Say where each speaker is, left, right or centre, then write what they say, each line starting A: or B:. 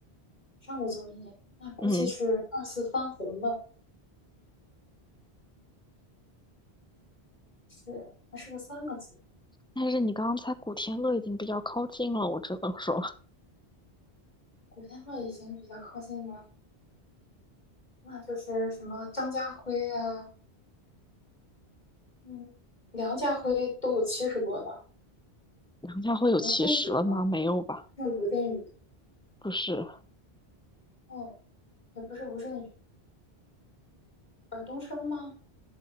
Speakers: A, on the left; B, in the centre.
A: 上过综艺，那估计是二次翻红的。
B: 嗯，
A: 是，还是个三个字。
B: 但是你刚才古天乐已经比较靠近了，我只能说
A: 古天乐已经比较靠近了，那就是什么张家辉呀，嗯，梁家辉都有七十多了。
B: 梁家辉有七十了吗？
A: 吴镇宇吗？
B: 没有吧？
A: 是吴镇宇。
B: 不是，
A: 哦，也不是吴镇宇，尔冬升吗？